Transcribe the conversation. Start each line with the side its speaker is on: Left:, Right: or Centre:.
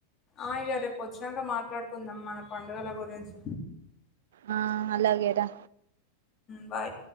Left: ఆ ఇగ రేపు వచ్చినాక మాట్లాడుకుందాం మన పండగల గురించి
Right: ఆ అలాగే రా
Left: బాయ్